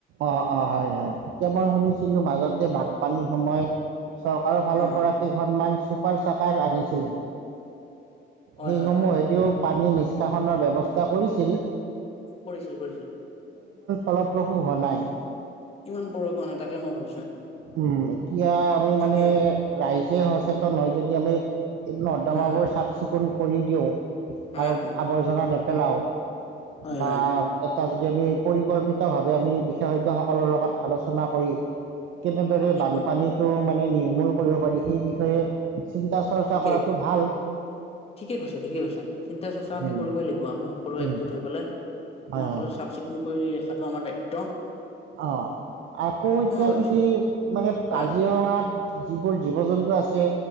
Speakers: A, on the right (about 75°); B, on the left (about 30°).
A: অ অ হয় হয় এতিয়া মই শুনিছিলো মাজতে বানপানীৰ সময়ত। চৰকাৰৰ ফালৰ
B: অ
A: পৰা কি সন্মান। ছুপাৰ চকাৰ আনিছিলে।
B: হয়
A: সেই
B: হয়
A: সমূহ
B: হয়
A: এদিও। পানী নিষ্কাশনৰ ব্যৱস্থা কৰিছিল।
B: কৰিছিল কৰিছিল।
A: অলপ প্ৰ। শু হ নাই।
B: ইমান বৰষুণ তাকে মই ভাবিছো
A: উম এতিয়া আমি
B: ঠিকেই
A: মানে ৰাইজে সচেতন হয় যদি আমি এই নৰ্দমাবোৰ
B: হয় হয়
A: চাফ চিকুণ। কৰি দিওঁ।
B: হয়
A: আৰু
B: হয় হয় হয়
A: আৱৰ্জনা নে। পেলাও।
B: হয়
A: বাও।
B: হয়
A: যদি আমি পৰিকল্পিত ভাৱে আমি বিশেষজ্ঞ সকলৰ লগত আলোচনা কৰি। কেনেদৰে
B: অ ঠিক
A: বানপানীতটো
B: বাৰু
A: মানে। নিৰ্মূল কৰিব পাৰি সেই বিষয়ে। চিন্তা চৰ্চা
B: ঠিকেই
A: কৰাটো ভাল
B: ঠিকেই কৈছে ঠিকে কৈছে চিন্তা চৰ্চা আমি
A: উম,
B: কৰিবই লাগিব আমি সকলো
A: উম,
B: একগোট হৈ পেলাই। মানে
A: হয়
B: সকলো
A: হয়
B: চাফ চিকুণ কৰি ৰখাটো আমাৰ দায়িত্ব। টো।
A: অ আকৌ এতিয়া
B: ভাবিছো
A: যদি মানে
B: হয়
A: কাজিৰঙাত যিবোৰ জীৱ জন্তু আছে।